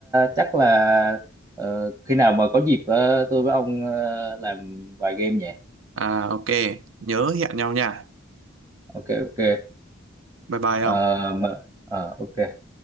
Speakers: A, on the right; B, on the right.
A: chắc là ờ, khi nào mà có dịp ờ, tôi với ông ờ, làm vài game nhỉ
B: à ok nhớ hẹn nhau nha
A: ok ok
B: bye bye
A: Ờ,
B: không
A: mà, ờ, ok